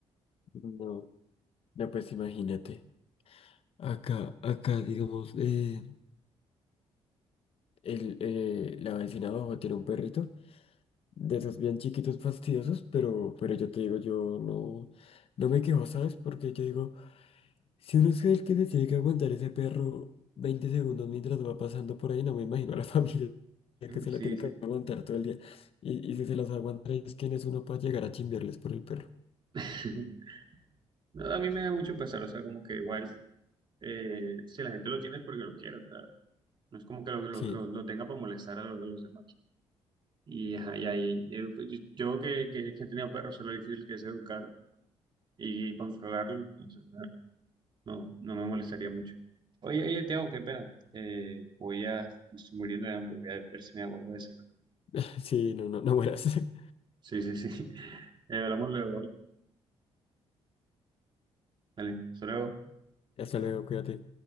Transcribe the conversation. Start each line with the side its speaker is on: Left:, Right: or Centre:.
Left: No, no, pues imagínate. Acá, acá, digamos, eh, el, eh, la vecina abajo tiene un perrito de esos bien chiquitos fastidiosos, pero, pero yo te digo, yo no, no me quejo, ¿sabes? Porque yo digo, Si uno es el que se tiene que aguantar ese perro 20 segundos mientras va pasando por ahí, no me imagino a la <laughs> familia que se
Right: Sí,
Left: la tiene
Right: sí.
Left: que aguantar todo el día. Y, y si se las aguanta ellos, ¿quién es uno para llegar a chimbiarles por el perro?
Right: <laughs> No, a mí me da mucho pesar, o sea, como que igual, eh, si la gente lo tiene es porque lo quiere, o sea, No es como que lo, lo-
Left: Sí,
Right: lo- lo tenga para molestar a los, a los demás. Y, ajá, y ahí, eh, yo yo que, que, que he tenido perros, sé lo difícil que es educar y controlarlo, entonces ah, no, no me molestaría mucho. Oye, oye, Tiago, qué pena. Eh, voy a, me estoy muriendo de hambre, voy a ver si me hago algo de desayuno.
Left: <laughs> sí, no, no, no mueras. <laughs>
Right: Sí, sí, sí. <laughs> Eh, hablamos luego, ¿vale? Vale, hasta luego.
Left: Hasta luego, cuídate.